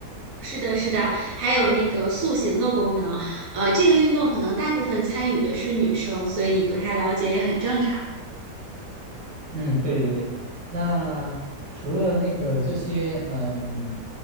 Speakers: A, on the right; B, on the right.
A: 是的，是的，还有那个塑形的功能，呃，这个运动可能大部分参与的是女生，所以你不太了解也很正常。
B: 嗯，对对对，那除了那个这些，嗯，